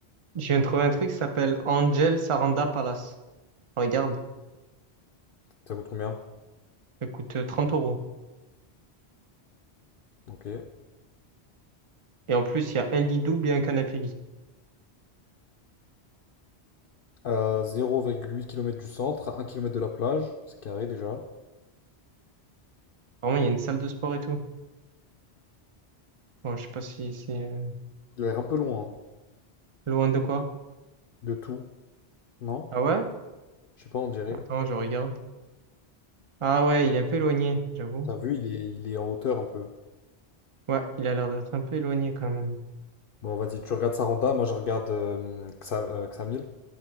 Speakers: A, on the right; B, on the left.
A: Je viens de trouver un truc qui s'appelle Angel Saranda Palace. Regarde,
B: Ça coûte combien?
A: ça coûte euh, 30 euros.
B: Ok.
A: Et en plus, il y a un lit double et un canapé lit.
B: Euh, zéro virgule huit kilomètres du centre, un kilomètre de la plage, c'est carré déjà.
A: Vraiment, il y a une salle de sport et tout. Bon, je sais pas si c'est euh,
B: Il a l'air un peu loin, hein,
A: loin de quoi.
B: de tout, non?
A: Ah ouais?
B: Je sais pas, on dirait.
A: Attends, je regarde. Ah ouais, il est un peu éloigné, j'avoue.
B: T'as vu, il est, il est en hauteur un peu.
A: Ouais, il a l'air d'être un peu éloigné quand même.
B: Bon, vas-y, tu regardes Saranda, moi je regarde euh, Xa- euh, Xamil,